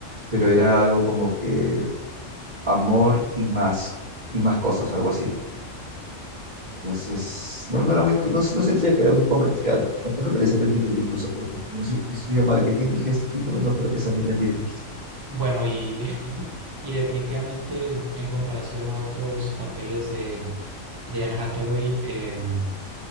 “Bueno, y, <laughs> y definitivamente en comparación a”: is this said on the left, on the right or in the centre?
Right